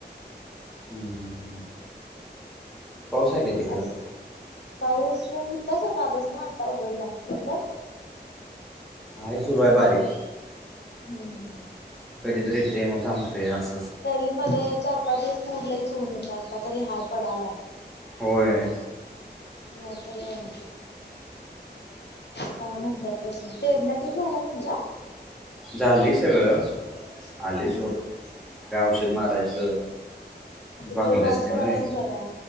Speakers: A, in the centre; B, on the left.
A: हम्म हम्म हम्म हम्म पाउस हाय का? तिकडं
B: अस पाऊस होता स का बस ना आता उघडलाय तिकडं.
A: हाये सुरू आहे बारीक.
B: हम्म.
A: कधीतरी येतय. म थांबतय असंच.
B: तरी मध्ये चार पाच दिवस पुरलईच ऊन होतं. आता तरी हाय पडालाय.
A: होय.
B: नाही तर <inaudible> काय म्हणतात तस. पेरण्या पण झाल्या तुमच्या?
A: झालेय सगळं. आले
B: हम्म
A: सोड. काय औषध मारायचं.
B: आता
A: भागलायसते
B: तरी पाऊस पडायला
A: व्हस?
B: येऊन बरं आहे